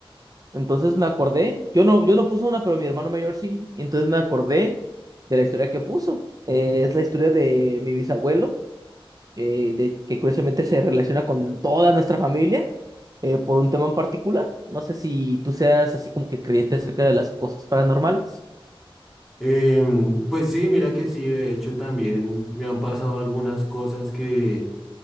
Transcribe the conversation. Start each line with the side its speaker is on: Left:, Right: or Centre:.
Right: Entonces me acordé, yo no, yo no puse una, pero mi hermano mayor sí. Entonces me acordé de la historia que puso. Eh, es la historia de mi bisabuelo, eh, de, que curiosamente se relaciona con toda nuestra familia. eh, por un tema en particular. No sé si tú seas así como que creyente acerca de las cosas paranormales.
Centre: Em, pues sí, mira que sí, de hecho también me han pasado algunas cosas que